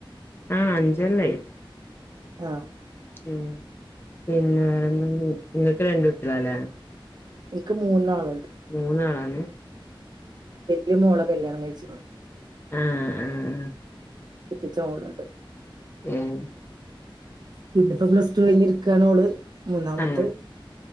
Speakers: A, on the left; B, on the right.
A: ആ അഞ്ചല്ലായി
B: ആ
A: ഉം പിന്നെ വേറെ നിങ്ങക്ക് രണ്ടുട്ടികളല്ലേ
B: എനിക്ക് മൂന്നാള
A: മൂന്നാളാണ്
B: ഈ മോള കല്യാണം കഴിച്ചിത്
A: ആ ആ ആ ആ
B: കെട്ടിച്ച മോളുണ്ട്
A: ഏഹ്
B: പിന്നപ്പോ പ്ലസ് ടു കഴിഞ്ഞ ഇരിക്കണോഓള് മൂന്നാമത്തെ
A: ആഹ്